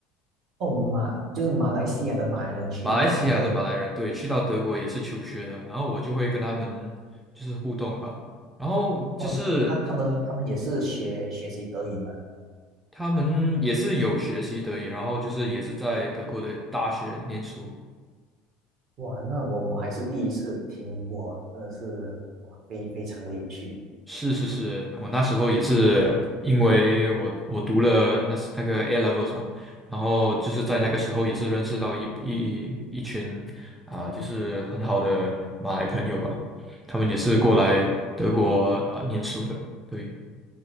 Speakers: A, on the right; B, in the centre.
A: 哦，马就是马来西亚的马来人去到德
B: 马来西亚的马来人。对，去到德国也是求学的，然后我就会跟他们就是互动吧。然后就是
A: 国哦，那么他他们他们也是学学习德语吗？
B: 他们也是有学习德语，然后就是也是在德国的大学念书。
A: 哇，那我我还是第一次听过，真的是哇，非非常的有趣。
B: 是是是，我那时候也是因为我我读了那是那个 A levels 嘛，然后就是在那个时候也是认识到一一一群啊、就是很好的马来朋友吧，他们也是过来德国啊、念书的，对，